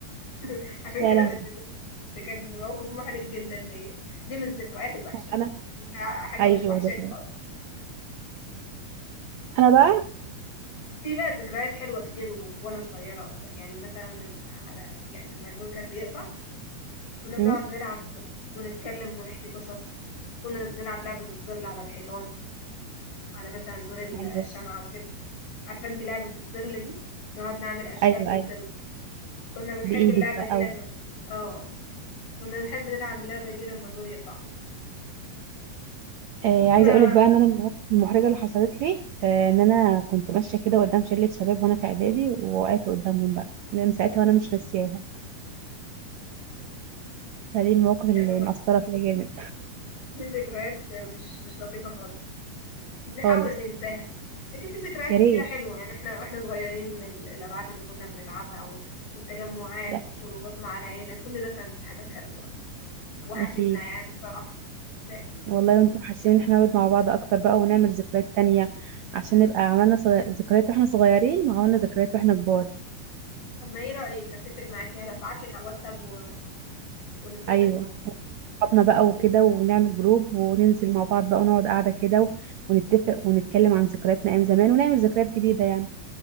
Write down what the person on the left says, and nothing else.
<laughs> عشان
كده
ما نسيتوش ده كان موقف محرج جدا ليا دي من الذكريات الوحشه
دي بقى حاجه
مش وحشاني
خالص
في بقى ذكريات حلوة كتير و... وأنا صغيرة أكتر يعني مثلا لما يعني لما النور كان بيقطع كنا بنقعد
نلعب ونتكلم ونحكي قصص كنا بنلعب لعبة الظل على الحيطان على مثلا نور ال-
الشمعة وكده عارفة انت لعبة الظل دي نقعد نعمل أشكال
بالظل
كنا بنحب
اللعبة
دي لما اه كنا بنحب نلعب اللعبة دي لما النور يقطع
كنا
يلا معلش
دي ذكريات مش مش لطيفة خالص بنحاول
ننساها لكن في ذكريات
كتيرة
حلوة يعني احنا واحنا صغيرين ال- الألعاب اللي كنا بنلعبها وال- والتجمعات
والخروجات مع العيلة كل ده كانت حاجات حلوة وحشتنا
يعني الصراحة ده أكيد
طب ما ايه رأيك اتفق معاكي هبعتلك على الواتساب و... ونتفق
ونخرج
كده.